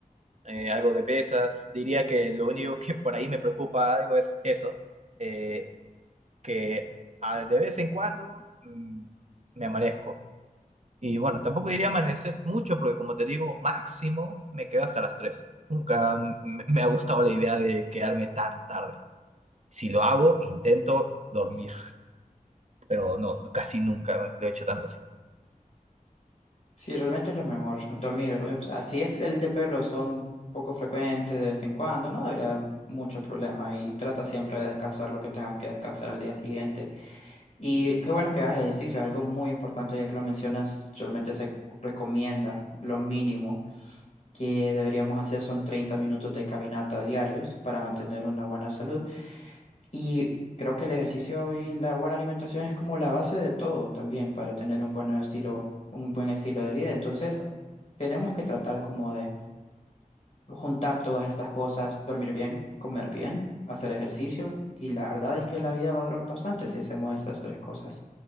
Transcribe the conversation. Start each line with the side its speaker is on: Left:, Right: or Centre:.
Right: eh, algo de pesas. Diría que lo único que por ahí me preocupa algo es eso, eh, que a- de vez en cuando mm, me amanezco. Y bueno, tampoco diría amanecer mucho porque como te digo, máximo me quedo hasta las tres Nunca mm, me me ha gustado la idea de quedarme tan tarde. Si lo hago, intento dormir, pero no, casi nunca lo he hecho tanto así.
Left: Sí, realmente es lo mejor, dormir. eh, O sea, si es el de pelo, son poco frecuentes de vez en cuando, no debería haber mucho problema y trata siempre de descansar lo que tengas que descansar al día siguiente. Y qué bueno que hagas ejercicio, es algo muy importante ya que lo mencionas, realmente se recomienda lo mínimo que deberíamos hacer son 30 minutos de caminata diarios para mantener una buena salud. Y creo que el ejercicio y la buena alimentación es como la base de todo también para tener un buen estilo, un buen estilo de vida. Entonces, tenemos que tratar como de juntar todas estas cosas, dormir bien, comer bien, hacer ejercicio. Y la verdad es que la vida va a durar bastante si hacemos estas tres cosas.